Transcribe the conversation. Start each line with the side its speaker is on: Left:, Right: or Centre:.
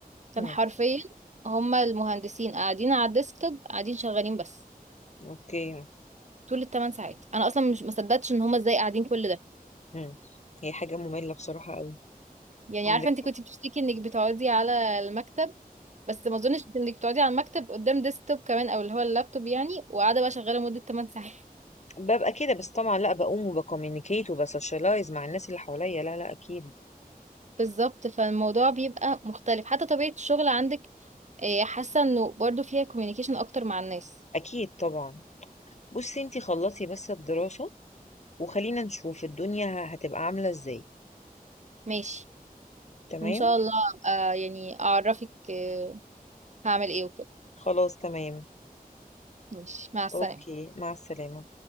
Right: كان
Left: إمم.
Right: حرفيا هما المهندسين قاعدين على الديسكتوب قاعدين شغالين بس
Left: أوكي.
Right: طول الثمان ساعات انا اصلا مش مصدقتش ان هما ازاي قاعدين كل ده
Left: إمم. هي حاجة مملة بصراحة أوي.
Right: يعني
Left: عندِك
Right: عارفة انت كنت
Left: حق.
Right: بتشتكي انك بتقعدي على المكتب بس ما اظنش انك بتقعدي على المكتب قدام ديسكتوب كمان او اللي هو اللابتوب يعني وقاعده بقى شغاله مده 8 ساعات
Left: بابقى كده، بس طبعًا لأ، باقوم وبcommunicate وبsocialize مع الناس اللي حواليّا. لا، لأ، أكيد.
Right: <laughs> بالظبط فالموضوع بيبقى مختلف حتى طبيعه الشغل عندك آه، حاسه انه برضو فيها كوميونيكيشن اكتر مع الناس
Left: أكيد طبعًا. بُصّي أنتِ خلّصي بس الدراسة وخلّينا نشوف الدنيا هتبقى عاملة إزاي،
Right: ماشي
Left: تمام؟
Right: ان شاء الله أبقى يعني اعرفك آه، هعمل ايه وكده
Left: خلاص تمام.
Right: ماشي مع السلامه
Left: أوكي، مع السلامة.